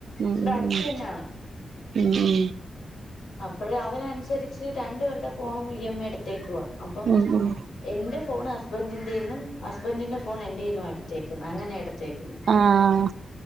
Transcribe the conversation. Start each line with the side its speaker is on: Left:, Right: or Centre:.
Right: ഉം
Left: ഇവിടെഅടുത്തതന്നെയാണ്
Right: ഉം ഉം ഉം
Left: അപ്പഴവരനുസരിച്ച് രണ്ടുപേരുടെഫോണും ഇ എം എ എടുത്തേക്കുവ അപ്പം
Right: ഉം ഉം
Left: എന്റെഫോണ് ഹസ്ബന്റിന്റെന്നും ഹസ്ബന്റിന്റെ ഫോൺ എന്റെന്നും ആണ് എടുത്തേക്കുന്നെ അങ്ങനെ എടുത്തേക്കുന്നെ
Right: ആഹ